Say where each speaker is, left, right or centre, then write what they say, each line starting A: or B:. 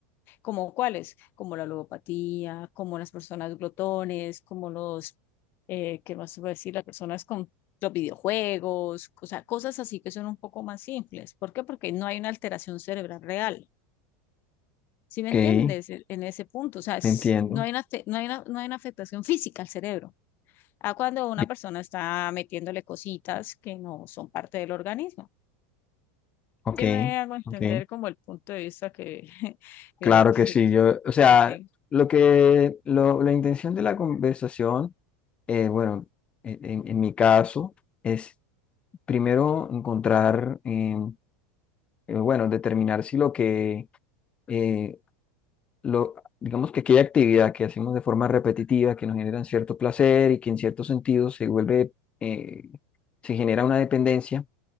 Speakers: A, on the left; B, on the left.
A: como cuáles, como la logopatía, como las personas glotones, como los, eh, ¿qué más iba a decir? Las personas con los videojuegos, o sea, cosas así que son un poco más simples. ¿Por qué? Porque no hay una alteración cerebral real. ¿Sí me
B: ok,
A: entiendes? E- En ese punto, o sea, es-
B: te entiendo.
A: no hay una, afe- no hay una, no hay una afectación física al cerebro. A cuando una
B: Bien,
A: persona está metiéndole cositas que no son parte del organismo.
B: Ok,
A: Sí me hago entender
B: ok.
A: como el punto de vista que, <laughs> que,
B: Claro que
A: que,
B: sí, yo, o sea,
A: que tengo.
B: lo que, lo- la intención de la conversación, eh, bueno, en, en- en mi caso, es primero encontrar, eh, eh, bueno, determinar si lo que, eh, lo, digamos que aquella actividad que hacemos de forma repetitiva, que nos genera cierto placer y que en cierto sentido se vuelve, eh, se genera una dependencia